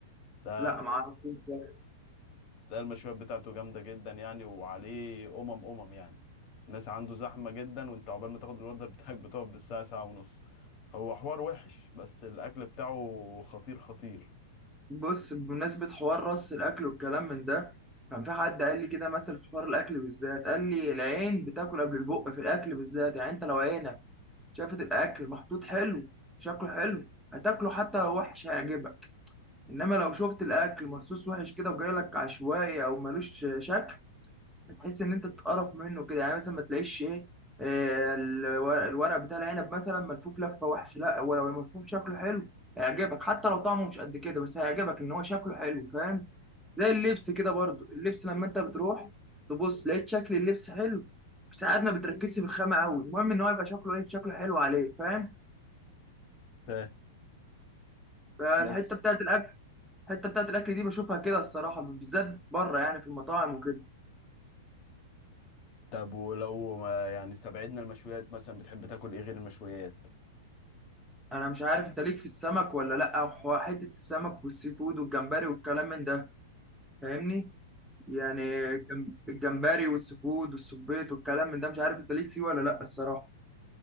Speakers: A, on the left; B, in the centre.
A: ده
B: لا معرفوش ده.
A: ده المشويات بتاعته جامدة جدا يعني وعليه أمم أمم يعني الناس عنده زحمة جدا وانت عقبال ما تاخد الأوردر <laughs> بتاعك بتقف بالساعة ساعة ونص هو حوار وحش بس الأكل بتاعه خطير خطير
B: بص بمناسبة حوار رص الأكل والكلام من ده كان في حد قال لي كده مثل في حوار الأكل بالذات قال لي العين بتاكل قبل البق في الأكل بالذات يعني أنت لو عينك شافت الاكل محطوط حلو شكله حلو هتاكله حتى لو وحش هيعجبك انما لو شفت الاكل مرصوص وحش كده وجايلك عشوائي او ملوش شكل هتحس ان انت تتقرف منه كده يعني مثلا ما تلاقيش ايه آه، الورق الورق بتاع العنب مثلا ملفوف لفه وحش لا هو لو الملفوف شكله حلو هيعجبك حتى لو طعمه مش قد كده بس هيعجبك ان هو شكله حلو فاهم زي اللبس كده برضو اللبس لما انت بتروح تبص لقيت شكل اللبس حلو ساعات ما بتركزش في الخامة قوي المهم ان هو يبقى شكله ايه شكله حلو عليه فاهم
A: فاهم
B: فالحته
A: بس
B: بتاعت الاكل الحته بتاعت الاكل دي بشوفها كده الصراحه بالذات بره يعني في المطاعم وكده
A: طب ولو ما يعني استبعدنا المشويات مثلا بتحب تاكل ايه غير المشويات
B: انا مش عارف انت ليك في السمك ولا لا أو ح- حته السمك والسي فود والجمبري والكلام من ده فاهمني يعني الجم- الجمبري والسي فود والسبيط والكلام من ده مش عارف انت ليك فيه ولا لا الصراحه